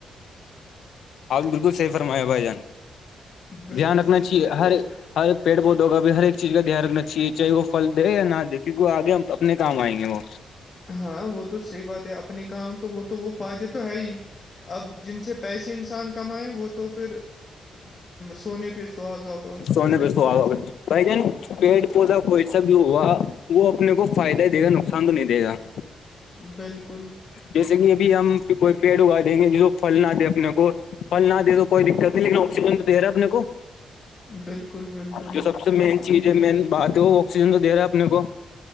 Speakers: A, on the left; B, on the left.
A: آ بالکل صحی فرمایا بھائی جان
B: بالکل
A: دھیان رکھنا
B: بالکل
A: چاہیے ہر
B: اور
A: ہر پیڑ پودوں کا بھی ہر ایک چیز کا دھیان رنا چاہیے چاہے وہ پل دے یا نہ دے کیونک وہ آگے ہم کتنے کام آئیں گے وہ
B: ہاں وہ تو صحیح بات ہے اپنے کام تو وہ تو وہ فائدے تو ہے ہی اب جن سے پیسے انسان کمائیں وہ تو پھر سونے پہ سواگا ہوا
A: تونے بیسو آ ہے بھائی جان پیڑ پودا کوئی سا بھی ہوگا وہ اپنے کو فائدہ ہی دے گا نقصان تو نہیں دے گا <inaudible>
B: بالکل
A: جیسے کہ ابھی ہم کوئی پیڑ اگا دیں گے جس کو پھل نہ دیں اپنے کو پل نہ دے تو کوئی دقت نہیں لیکن آکسیجن تو دے رہا ہے اپنے کو
B: بالکل بالکل
A: جو سب سے مین چیز ہے مین بات ہے وہ آکسیجن تو دے رہا ہے اپنے کو